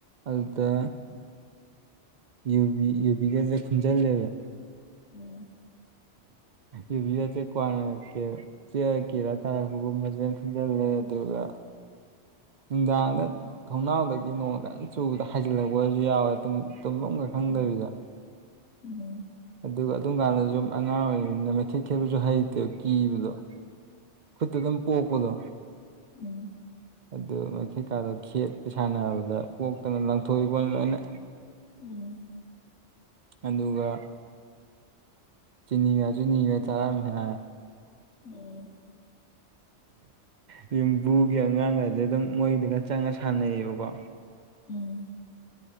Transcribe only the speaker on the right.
ꯑꯗꯥ ꯌꯨꯕꯤ ꯌꯨꯕꯤꯒꯁꯦ ꯈꯨꯟꯖꯟꯅꯔꯦ
ꯏꯚꯕꯤꯔ ꯆꯦ ꯀꯣꯟꯅ ꯀꯦ ꯆꯦ ꯀꯦꯔꯥ ꯇꯥꯔꯛꯄꯒꯨꯝꯕꯖꯅ ꯈꯟꯖꯤꯜꯂꯦ ꯑꯗꯨꯒ ꯅꯨꯡꯗꯥꯡꯗ ꯊꯣꯡꯅꯥꯎꯗꯒꯤ ꯅꯣꯡꯗ ꯑꯗꯨꯝ ꯆꯨꯕꯗ ꯍꯥꯏꯩꯖꯤꯜꯂꯛꯄ ꯁꯨ ꯌꯥꯎꯋꯦ ꯇꯨꯝꯐꯝꯒ ꯈꯪꯗꯕꯤꯗ
ꯑꯗꯨꯒ ꯑꯗꯨꯝ ꯀꯥꯟꯗꯁꯨ ꯑꯉꯥꯡ ꯑꯣꯏꯔꯤꯉꯅꯤꯅ ꯃꯩ ꯈꯦꯠ ꯈꯦꯠꯄꯁꯨ ꯍꯩꯇꯦ ꯀꯤꯕꯗꯣ ꯈꯨꯠꯇ ꯑꯗꯨꯝ ꯄꯣꯛꯄꯗꯣ
ꯑꯗꯨ ꯃꯩꯀꯥꯗꯣ ꯈꯦꯠꯄ ꯁꯥꯟꯅꯕꯗ ꯄꯣꯛꯇꯅ ꯂꯪꯊꯣꯛꯏꯕꯣꯅꯤ ꯂꯣꯏꯅ
ꯑꯗꯨꯒ ꯆꯤꯅꯤꯒ ꯆꯤꯅꯤꯒ ꯆꯥꯔꯝꯃꯦ ꯍꯥ
ꯑ ꯌꯨꯝꯕꯨꯒꯤ ꯑꯉꯥꯡꯒꯁꯦ ꯑꯗꯨꯝ ꯃꯣꯏꯗꯒ ꯆꯪꯉ ꯁꯥꯟꯅꯩꯌꯦꯕꯀꯣ